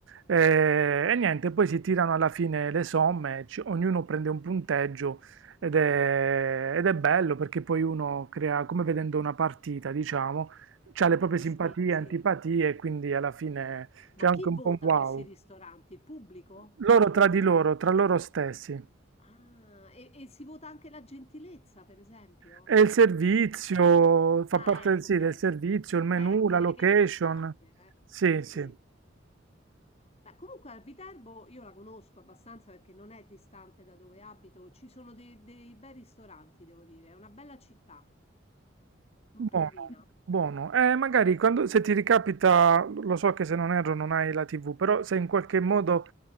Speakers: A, on the right; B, on the left.
A: eh, e niente, poi si tirano alla fine le somme, ci- ognuno prende un punteggio ed è, ed è bello perché poi uno crea, come vedendo una partita, diciamo, ha le proprie
B: Sì,
A: simpatie,
B: sì.
A: antipatie e quindi alla fine c'è
B: Ma
A: anche
B: chi
A: un
B: vota
A: po' un wow.
B: questi ristoranti? Il pubblico
A: Loro
B: o, o
A: tra
B: lui?
A: di loro, tra loro stessi.
B: Ah, e, e si vota anche la gentilezza, per esempio?
A: È il servizio, fa
B: Ah,
A: parte
B: ecco,
A: del, sì,
B: okay,
A: del servizio,
B: okay.
A: il menu,
B: Beh, direi
A: la location.
B: che è importante, eh.
A: Sì,
B: Sì, sì.
A: sì.
B: Beh, comunque a Viterbo io la conosco abbastanza perché non è distante da dove abito. Ci sono dei, dei bei ristoranti, devo dire. È una bella città, molto
A: Buono,
B: carina.
A: buono. Eh, magari quando, se ti ricapita, lo so che se non erro non hai la TV, però se in qualche modo